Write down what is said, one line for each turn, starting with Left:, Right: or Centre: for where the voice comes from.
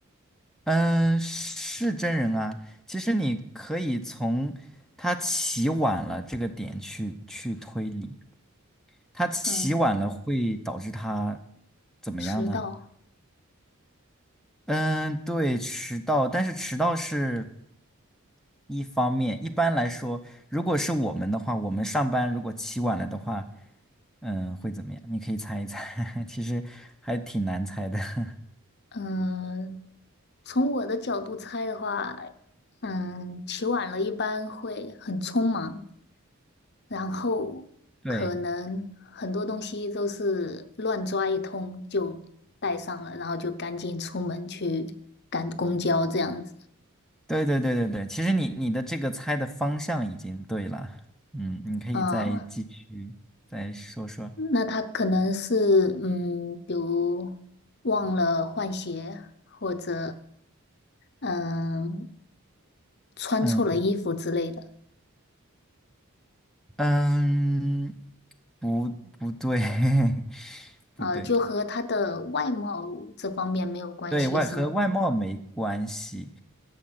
Centre: 嗯，是真人啊。其实你可以从他起晚了这个点去去推理，他起晚了会导致他
Left: 嗯，
Centre: 怎么样呢？
Left: 迟到。
Centre: 嗯，对，迟到，但是迟到是一方面。一般来说，如果是我们的话，我们上班如果起晚了的话，嗯，会怎么样？你可以猜一猜，<laughs> 其实还挺难猜的。<laughs>
Left: 嗯，从我的角度猜的话，嗯，起晚了一般会很匆忙，然后可能很多东西都是乱抓一通就带上了，
Centre: 对，
Left: 然后就赶紧出门去赶公交这样子。
Centre: 对对对对对，其实你你的这个猜的方向已经对了。嗯，你可以再继续再说说。
Left: 嗯，那他可能是嗯，比如忘了换鞋，或者嗯穿错了衣服之类的，
Centre: 嗯嗯，不不对，<laughs>
Left: 呃，
Centre: 不对。
Left: 就和他的外貌这方面没有关系，
Centre: 对外和外貌没关系，
Left: 是吗？